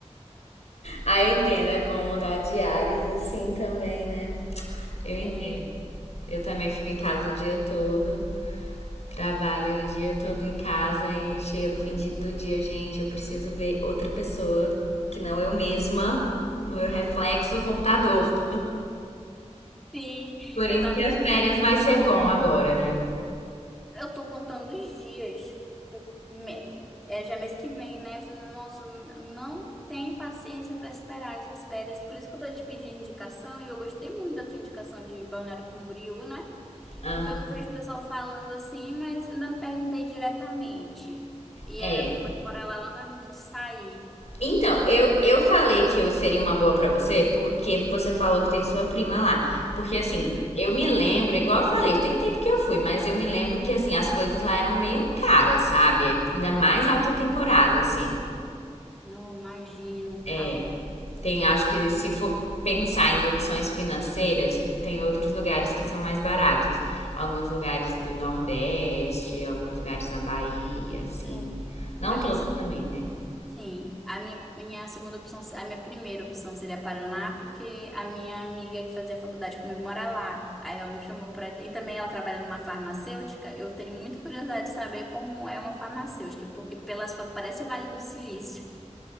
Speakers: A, on the left; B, in the centre.
A: Ah, eu entendo, é bom mudar de ares assim também, né? Eu entendo.
B: É,
A: Eu também fico em casa o dia todo. Trabalho o dia todo em casa e chega no fim de- do dia, gente, eu preciso ver outra pessoa que não eu mesma, meu reflexo do computador.
B: sim,
A: Por
B: <laughs> exatamente.
A: isso que as férias vai ser bom agora, né?
B: Eu tô contando os dias. me- É já é mês que vem, né? Eu Falei, nossa, n- não tem paciência para esperar essas férias. Por isso que eu tô te pedindo indicação e eu gostei muito da tua indicação de Balneário Camboriú, né?
A: Ah,
B: Porque eu vejo o pessoal falando assim, mas ainda não perguntei diretamente. E
A: é.
B: a minha prima que mora lá, ela não é muito de sair.
A: Então, eu, eu falei que eu seria uma boa pra você porque você falou que tem sua prima lá. Porque assim,
B: Uhum.
A: eu me lembro, igual eu falei, tem tempo que eu fui, mas eu me lembro que assim, as coisas lá eram meio caras, sabe? Ainda mais alta temporada, assim.
B: Não, imagino, cara.
A: É, tem, acho que se for pensar em opções financeiras, tem outros lugares que são mais baratos. Alguns lugares do Nordeste, alguns lugares na Bahia, assim.
B: É.
A: Não
B: A
A: todos
B: minha segunda
A: também, né?
B: Sim, a minha, minha segunda opção, se- a minha primeira opção seria Paraná, porque a minha amiga que fazia faculdade comigo mora lá. Aí ela me chamou para e também ela trabalha numa farmacêutica. Eu tenho muita curiosidade de saber como é uma farmacêutica, porque pelas fotos parece o Vale do Silício.